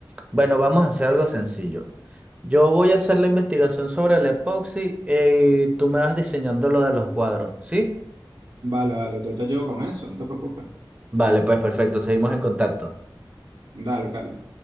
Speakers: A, on the right (about 15°); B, on the right (about 80°).
A: Bueno, vamos a hacer algo sencillo. Yo voy a hacer la investigación sobre el epoxi eh, y tú me vas diseñando lo de los cuadros, ¿sí?
B: Vale, vale, yo te llevo con eso, no te preocupes.
A: Vale, pues perfecto, seguimos en contacto.
B: Dale, Carlos.